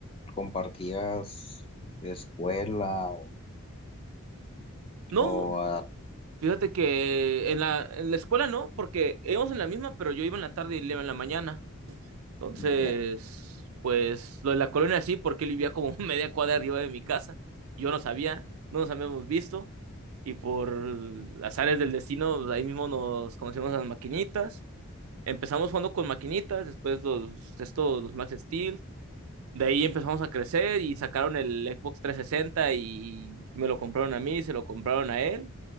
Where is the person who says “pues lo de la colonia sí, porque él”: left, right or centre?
Right